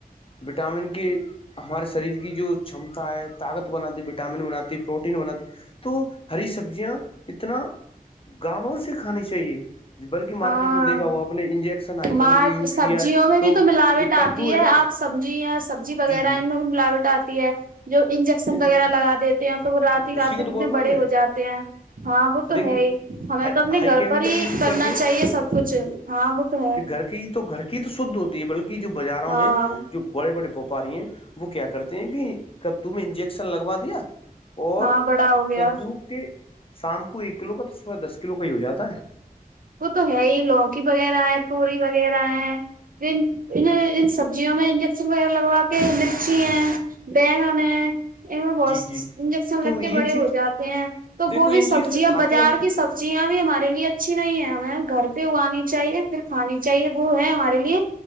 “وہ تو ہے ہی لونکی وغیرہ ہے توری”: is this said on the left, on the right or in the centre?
Right